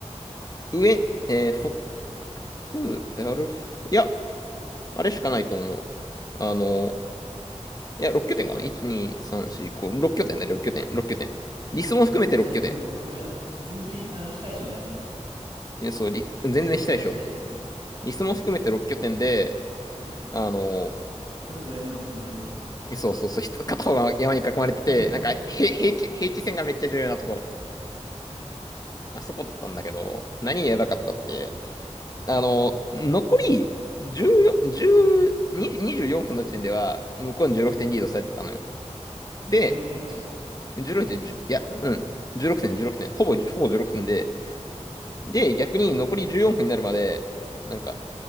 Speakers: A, on the left; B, on the right.
A: 上、えー、フォック、アルフ、いや、あれしかないと思う。あの、いや、6拠点かな ?1、2、3、4、5、6拠点だよ、6拠点、6拠点。リスも含めて6拠点。
B: あ、違う、俺思ってたの違ったわ。あれや、ぜ全然、あの、非対称のやつか。
A: いやそう、リ、全然したでしょ。
B: めちゃくちゃ非対称のやつ。
A: リスも含めて6拠点で、
B: うん。
A: あの、
B: 一つが山に囲まれてるやつね。
A: そうそうそう、ひと片方が山に囲まれてて、
B: <laughs>
A: なんか、へ平地、平地線がめっちゃ重要なところ。
B: うん。
A: あそこだったんだけど、何がやばかったって、あの、残り14、10、24分の時点では、向こうに16点リードされてたのよ。
B: うん
A: で、
B: 16点か、しかも。
A: 16点、1いや、うん、16点、16点、ほぼ、ほぼ16点で、
B: うん。
A: で、逆に残り14分になるまで、なんか、